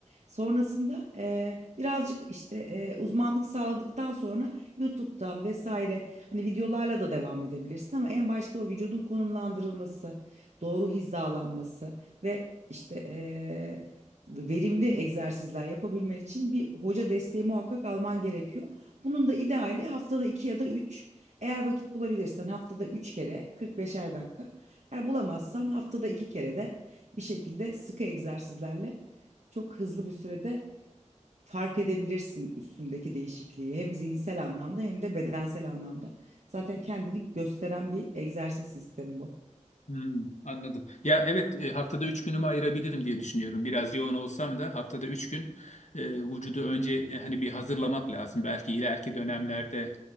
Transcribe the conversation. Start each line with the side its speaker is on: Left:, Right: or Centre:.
Right: Sonrasında e, birazcık işte e, uzmanlık sağladıktan sonra YouTube'dan vesaire hani videolarla da devam edebilirsin ama en başta o vücudun konumlandırılması, doğru hizalanması ve işte eee, verimli egzersizler yapabilmen için bir hoca desteği muhakkak alman gerekiyor. Bunun da ideali haftada iki ya da üç. Eğer vakit bulabilirsen haftada üç kere 45'er dakika. Eğer bulamazsan haftada iki kere de bir şekilde sıkı egzersizlerle çok hızlı bir sürede fark edebilirsin üstündeki değişikliği. Hem zihinsel anlamda hem de bedensel anlamda. Zaten kendini gösteren bir egzersiz sistemi bu.
Left: Hmm, anladım. Ya evet e, haftada üç günümü ayırabilirim diye düşünüyorum. Biraz yoğun olsam da haftada üç gün e, vücudu önce e, hani bir hazırlamak lazım. Belki ileriki dönemlerde